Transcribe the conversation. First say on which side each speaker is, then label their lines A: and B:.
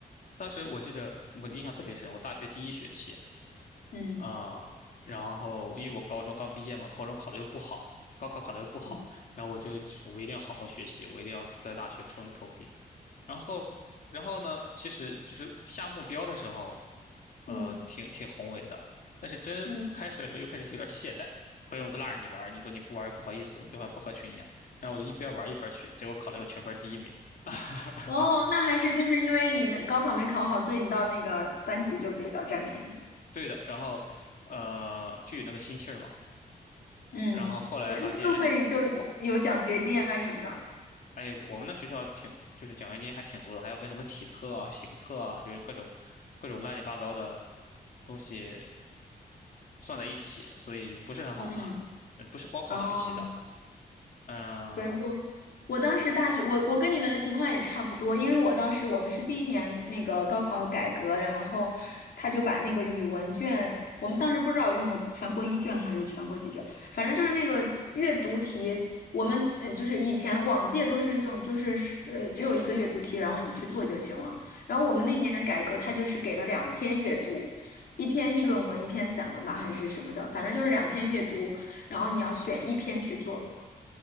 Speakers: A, on the left; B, on the left.
A: 当时我记着，我印象特别深，我大学第一学期
B: 嗯
A: 啊、然后因为我高中刚毕业嘛，高中考的又不好，高考考的又不好，
B: 嗯
A: 然后我就说，我一定要好好学习，我一定要在大学出人头地。然后，然后呢，其实就是下目标的时候，呃，
B: 嗯
A: 挺挺宏伟的，但是真开始的时候又开始有点懈怠。
B: 嗯，
A: 朋友都拉着你玩儿你说你不玩儿又不好意思，就好像不合群一样。然后我就一边玩儿一边学，结果考了个全班第一名。<laughs>
B: 哦，那还是就是因为你们高考没考好，所以你到那个班级就比较占便宜。
A: 对的，然后，呃，就有那个心气儿嘛。
B: 嗯，
A: 然后后来发现，
B: 对，那就会就有奖学金啊什么的。
A: 哎，我，哎，我们那学校挺，就是奖学金还挺多的，还要跟什么体测啊、行测啊，就是各种各种乱七八糟的东西算在一起，所以不是很好拿，
B: 嗯嗯，
A: 呃不是光靠学习的。
B: 哦。
A: 嗯，
B: 对，我，我当时大学，我我跟你的情况也差不多，因为我当时我们是第一年那个高考改革，然后他就把那个语文卷，我们当时不知道用的全国一卷还是全国几卷，反正就是那个阅读题，我们呃就是以前往届都是用就是呃只有一个阅读题，然后你去做就行了，然后我们那年改革，他就是给了两篇阅读。一篇议论文，一篇散文吧，还是什么的，反正就是两篇阅读，然后你要选一篇去做。